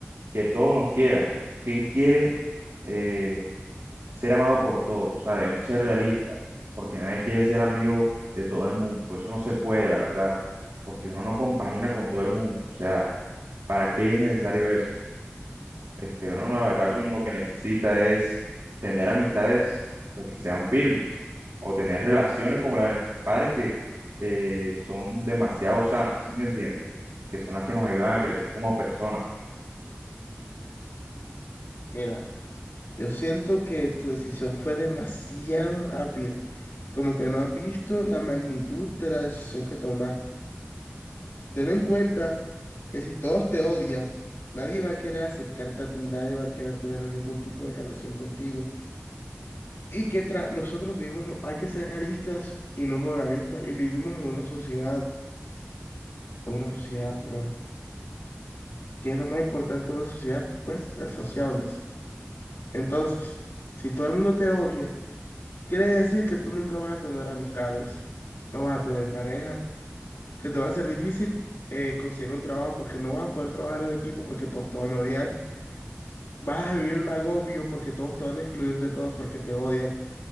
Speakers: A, on the right; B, on the left.
A: que todos nos quieran. ¿Quién quiere eh, ser amado por todos? O sea, debemos ser realistas, porque nadie quiere ser amigo de todo el mundo. Eso no se puede, la verdad, porque uno no compagina con todo el mundo. O sea, ¿Para qué es necesario eso? Este, bueno, la verdad que lo que necesita es tener amistades pues, que sean firmes o tener relaciones como la de nuestros padres que eh, son demasiado sanas, ¿sí me entiendes? Que son las que nos ayudan a crecer como personas.
B: Mira, yo siento que tu decisión fue demasiado rápida, como que no has visto la magnitud de la decisión que tomaste. Ten en cuenta que si todos te odian, nadie va a querer acercarte a ti, nadie va a querer tener ningún tipo de relación contigo. Y que tra- nosotros vivimos, hay que ser realistas y no moralistas, y vivimos en una sociedad, en una sociedad, bro que es lo más importante de una sociedad, pues ser sociables. Entonces, si todo el mundo te odia, quiere decir que tú nunca vas a tener amistades, no vas a tener pareja, se te va a hacer difícil eh, conseguir un trabajo porque no vas a poder trabajar en equipo porque todos te van a odiar, vas a vivir un agobio porque todos te van a excluir de todos porque te odian.